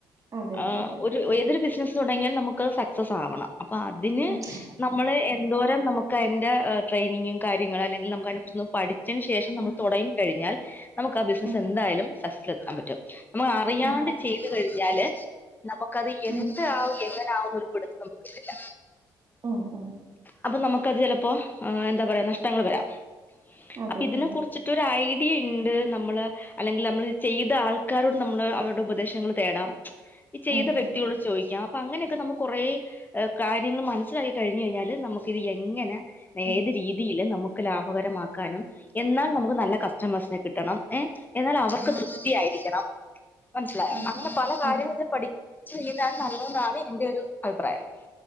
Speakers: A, on the right; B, on the left.
A: അതെ അതെ
B: ആഹ്
A: അതെ അതെ
B: ഒരു ഏതൊരു ബിസിനസ് തുടങ്ങിയാൽ നമുക്ക് അത് സക്സസ് ആവണം അപ്പോ അതിന്
A: ഉം
B: നമ്മള് എന്തോ രം നമുക്ക് അതിൻ്റെ ട്രെയിനിങ്ങും കാര്യങ്ങളും അല്ലെങ്കിൽ നമുക്ക് അതിനെ കുറിച്ച് പഠിച്ചന് ശേഷം നമ്മൾ
A: ഉം
B: തുടങ്ങി കഴിഞ്ഞാൽ നമുക്ക് ആ ബിസിനസ്സ്
A: ഉം
B: എന്തായാലും സക്സസിൽ എത്താൻ പറ്റും. നമ്മൾ അറിയാണ്ട്
A: ഉം
B: ചെയ്ത് കഴിഞ്ഞാല് നമുക്കത്
A: ഉം
B: എന്ത്
A: ഉം
B: ആവും എന്ന് ആവുന്ന് ഒരു പിടുത്തം നമുക്ക് കിട്ടില്ല.
A: ഓഹ്
B: അപ്പോ നമുക്ക് അത് ചെലപ്പോ എന്താ പറയാ നഷ്ടങ്ങൾ വരാം
A: അതെ
B: അപ്പോ ഇതിനെ
A: ഉം
B: കുറിച്ച് <unintelligible> ഐഡിയ ഇണ്ട് നമ്മള് അല്ലെങ്കിൽ നമ്മള് ചെയ്ത ആൾക്കാരോട് നമ്മള് അവരുടെ ഉപദേശങ്ങൾ തേടാം ഈ ചെയ്ത
A: ഉം
B: വ്യക്തിയോട്
A: ഉം ഉം
B: ചോദിക്കാം അപ്പോ അങ്ങനെയൊക്കെ നമുക്ക് കുറേ കാര്യങ്ങൾ മനസ്സിലായി കഴിഞ്ഞ് കഴിഞ്ഞാല് നമുക്ക് ഇത് എങ്ങനെ
A: ഉം
B: ഏത് രീതിയില് നമുക്ക് ലാഭകരമാക്കാനും എന്നാൽ നമുക്ക് നല്ല കസ്റ്റമേഴ്സിനെ കിട്ടണം ഏഹ് എന്നാൽ അവർക്ക് തൃപ്തിയായിരിക്കണം മനസ്സിലായാ
A: ഉം
B: അങ്ങനെ പല കാര്യങ്ങള്
A: ഉം
B: പഠി ച്ച് ചെയ്താൽ നല്ലെന്നാണ് എന്റെ ഒരു അഭിപ്രായം.